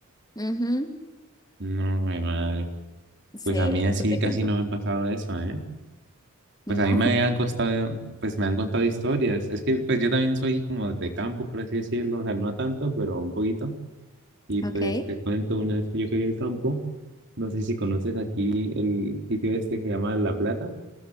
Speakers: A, on the left; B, on the right.
A: Ujú.
B: No, jue madre.
A: Sí,
B: Pues a mí así
A: eso te
B: casi
A: cuento.
B: no me ha pasado eso, ¿eh? Pues
A: No,
B: a mí me han costado, pues me han contado historias. Es que pues yo también soy como de campo, por así decirlo, o sea, no tanto, pero un poquito. Y
A: ok,
B: pues te cuento, una vez que yo fui al campo, no sé si conoces aquí el sitio este que se llama La Plata.